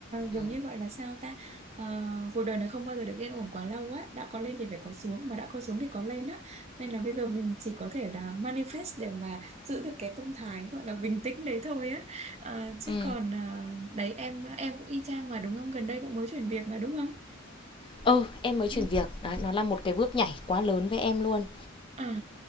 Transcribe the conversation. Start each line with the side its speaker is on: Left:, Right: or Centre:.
Left: Ừ.
Right: giống như gọi là sao ta Ờ, cuộc đời này không bao giờ được yên ổn quá lâu á đã có lên thì phải có xuống mà đã có xuống thì có lên á nên là bây giờ mình chỉ có thể là manifest để mà giữ được cái tâm thái gọi là bình tĩnh đấy thôi á Ờ, chứ
Left: Ừ.
Right: còn ờ, đấy em em cũng y chang mà đúng không gần đây cũng mới chuyển việc mà đúng không
Left: Ừ, em mới chuyển
Right: Ừ.
Left: việc. Đấy, nó là một cái bước nhảy quá lớn với em luôn.
Right: Ừ.